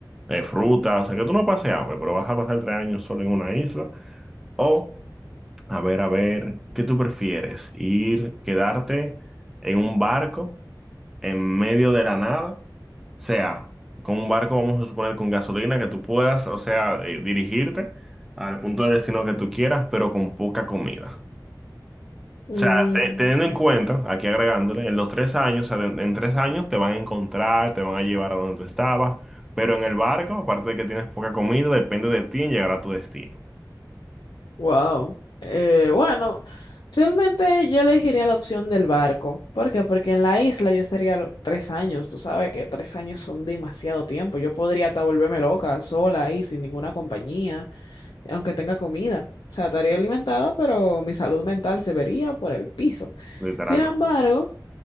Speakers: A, in the centre; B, on the left.
A: eh, fruta, o sea, que tú no pases hambre, pero vas a pasar tres años solo en una isla. O, a ver, a ver, ¿qué tú prefieres? ¿Ir, quedarte en un barco en medio de la nada? O sea, con un barco, vamos a suponer, con gasolina, que tú puedas, o sea, eh, dirigirte al punto de destino que tú quieras, pero con poca comida.
B: Mm,
A: O sea, te- teniendo en cuenta, aquí agregándole, en los tres años, o sea, en, en tres años te van a encontrar, te van a llevar a donde tú estabas, pero en el barco, aparte de que tienes poca comida, depende de ti en llegar a tu destino,
B: wow. Eh, bueno, realmente yo elegiría la opción del barco. ¿Por qué? Porque en la isla yo estaría lo- tres años. Tú sabes que tres años son demasiado tiempo. Yo podría hasta volverme loca, sola ahí, sin ninguna compañía, aunque tenga comida. O sea, estaría alimentada, pero mi salud mental se vería por el piso.
A: literalmente.
B: Sin embargo,